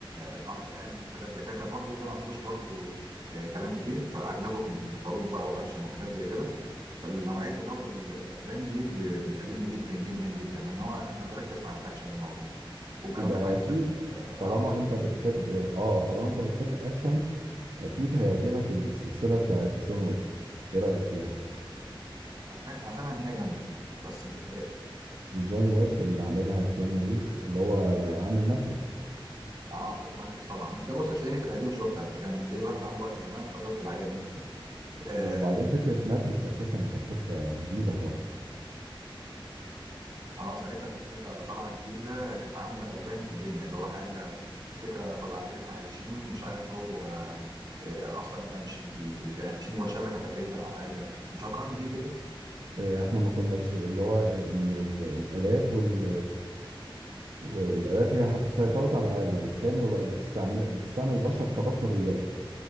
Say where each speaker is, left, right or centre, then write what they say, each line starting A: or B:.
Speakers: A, on the right; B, on the right.
A: الحرب قامت وحاجات زي كده كان برضه ده ما فيهوش برضه آه، كلام كتير فاغلبه كان حروب بقى واكشن وحاجات زي كده فالنوعيه برضه ال- الافلام دي ب- بتعجبني جدا جدا جدا لان هو انا بركز مع الاكشن اللي موجود وكمان
B: يبقى
A: بتعيشك
B: اكيد
A: في
B: طالما
A: عصر العسل
B: انت بتحب اه طالما انت بتحب الاكشن اكيد هيعجبك السلسلة بتاعت جون ويك ايه رأيك فيها
A: انا سمعت انا سامع ان هي جامده بس ما شفتهاش
B: جون ويك اللي عاملها كيانو ريف اللي هو عامل ماتريكس
A: اه شفت ماتريكس طبعا انت بص تلاقيني في القديم شفت قبل كان في واحد عنده وقت زمان فشفت الحاجات دي آه،
B: وبعدين فكرة ماتريكس أساسا كانت فكرة جديدة خالص
A: اه ساعتها كانت حاجه طالعه جديده كانت عامله قلبان في الدنيا اللي هو حاجه فكره خزعبليه احنا عايشين مش عارف جوه آه، آه، اصلا احنا مش دي- عايشين جوه شبكه تقريبا او حاجه انت فكرني بيه كده
B: إيه، إحنا ما كناش اللي هو إن ال- الآلات وال والآلات هي ح- سيطرت على العالم بالكامل وبقت بتستعمل بتستعمل البشر كبطاريات